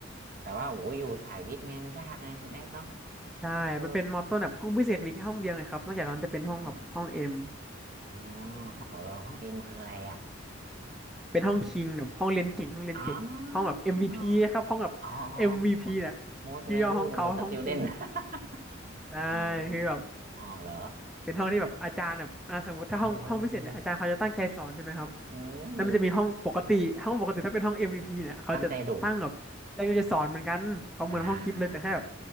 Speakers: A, on the right; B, in the centre.
A: แต่ว่าโอ้ยอยู่สายวิทย์ไงมันยากไงคุณเอกเนาะ
B: ใช่มันเป็นมอต้นแบบห้องพิเศษมีแค่ห้องเดียวไงครับนอกจากนั้นจะเป็นห้องแบบห้องเอ็ม
A: เอออ๋ออ๋ออ๋อแล้วห้องเอ็มคืออะไรอ่ะ
B: เป็นห้องคิงกับห้องเรียนเก่งห้องเรียนเก่งห้องแบบ
A: อ๋
B: MVP
A: อ อ๋อ
B: ครับห้องแบบ
A: อ๋ออ๋
B: MVP
A: อ
B: เนี่ย
A: most
B: ชื่อย่อห้องเขาห้องคิง
A: valuable student <laughs>
B: ได้
A: อ๋อ
B: คือแบบ
A: อ๋อเหรอ
B: เป็นห้องที่แบบอาจารย์แบบอ่าสมมติถ้าห้องห้องพิเศษเนี่ยอาจารย์เขาจะตั้งใจสอนใช่ไหมครับ
A: เออเออเออเอ้ย
B: แล้วมันจะมีห้องปกติห้องปกติถ้าเป็นห้อง MVP เนี่ยเขาจะตั้งแบบอาจารย์ก็จะสอนเหมือนกันเขาเหมือนห้องกิฟต์เลยแต่แค่แบบ
A: ตั้งใจดุอ่า